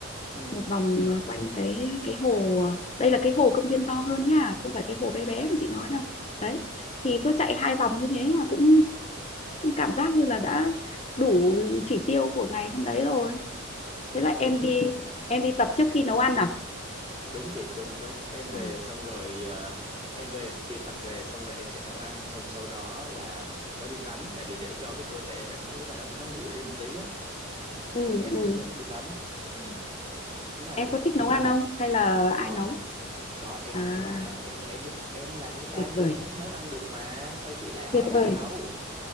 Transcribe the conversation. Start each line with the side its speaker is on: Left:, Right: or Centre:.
Right: ừ
Left: một vòng ờ, quanh cái cái hồ ờ, đây là cái hồ công viên to hơn nha không phải cái hồ
Right: ừ
Left: bé bé mà chị nói đâu đấy thì cứ chạy hai vòng như thế là cũng cảm giác như là đã đủ chỉ tiêu của ngày hôm đấy rồi thế là em đi em đi tập trước khi nấu ăn à
Right: đúng chị đúng đúng em về
Left: Ờ.
Right: xong rồi ờ, em về khi tập về xong rồi em sẽ nấu ăn xong sau đó là mới đi tắm tại vì để cho cái cơ thể cảm giác là nó nó nguội đi một tí á
Left: ừ
Right: mới dám
Left: ừ
Right: mới dám đi tắm Ừ. đúng mà
Left: Em có thích nấu ăn không? Hay là
Right: có
Left: ai nấu?
Right: có em
Left: À,
Right: em nấu ăn em em em là con trai
Left: tuyệt
Right: nhưng
Left: vời,
Right: vẫn nấu ăn được mà sao chị lại hỏi
Left: tuyệt
Right: ai
Left: vời.
Right: nấu